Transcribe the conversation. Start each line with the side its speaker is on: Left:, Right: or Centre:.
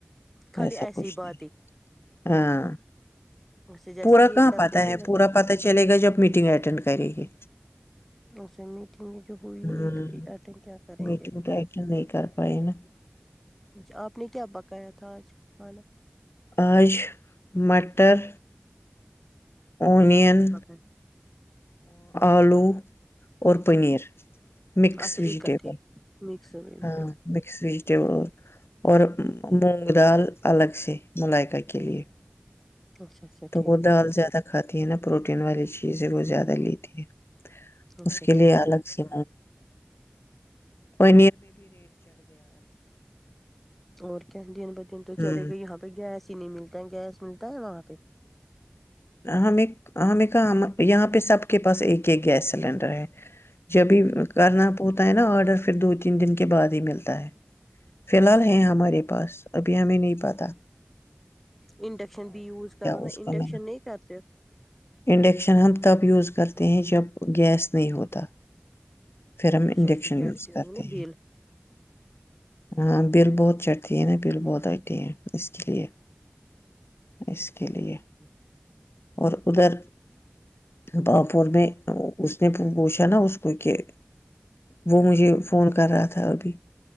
Centre: خالی
Left: ویسا
Centre: ایسی
Left: کچھ
Centre: باتیں
Left: نہیں ہاں
Centre: ایسے جیسے
Left: پورا
Centre: یہ
Left: کہاں
Centre: کرتے
Left: پا
Centre: تھے
Left: ہے پورا پتاہ چلے گا جب میٹنگ اٹینڈ کرے گی
Centre: اچھ سے میٹ جو ہوئی
Left: ہوں
Centre: نہیں تو ایٹن کیا کریں
Left: میٹنگ
Centre: گے
Left: تو اٹینڈ نہیں کر پائے نا
Centre: اچھا آپ نے کیا بکایا تھا محتااج خانہ
Left: آج مٹر اونین
Centre: نہیں نہیں پ پپہ
Left: آلو اورور پنیر مکس
Centre: تھا اچھا
Left: وجٹیبل
Centre: اکٹھے مکس ویج
Left: ہاں مکس ویجٹیبل اور اور مونگ دال الگ سے ملائقہ کے لیے
Centre: اچھا اچھا
Left: تو
Centre: ٹھیک
Left: وہ دال زیادہ کھاتی ہے نا پروٹین والی چیز ہے وہ زیادہ لیتی ہے
Centre: اچھا
Left: اس کے لئے
Centre: ٹھیک
Left: الگ
Centre: ٹھیک
Left: سی مگ <inaudible>
Centre: اور کیا دن ب دن تو
Left: ہوں
Centre: چلے گئے یہاں پہ گیس چینی ملتا ہے گیس ملتا ہے وہاں پہ
Left: ہمیں ہمیں کہاں یہاں پہ سب کے پاس ایک ایک گیس سلینڈر ہے جبھی کرنا پتا ہے نا آرڈر پھر دو تین دن کے بعد ہی ملتا ہے فی الحال ہے ہمارے پاس ا پ ہمیں نہیں پت
Centre: انڈکشن بھی یوز کرو نا
Left: اس کو
Centre: انڈکش
Left: میں نے
Centre: رشن نہیں کرتے
Left: انڈکشن ہم یوز کرتے ہیں جب گیس نہیں ہوتا پھر ہم
Centre: اے
Left: انڈکشن
Centre: اس وچارتی
Left: یوز
Centre: ہو
Left: کرتے
Centre: گ
Left: ہیں
Centre: بل
Left: ہاں بل بہت چڑھتی ہے نا بل بہت آتی ہیں اس کے لیے اس کے لیے
Centre: ہاں
Left: اور ادھر پاپور میں اس نے پوچھا نا اس کو کہ وہ مجھے فون کر رہا تھا ابھی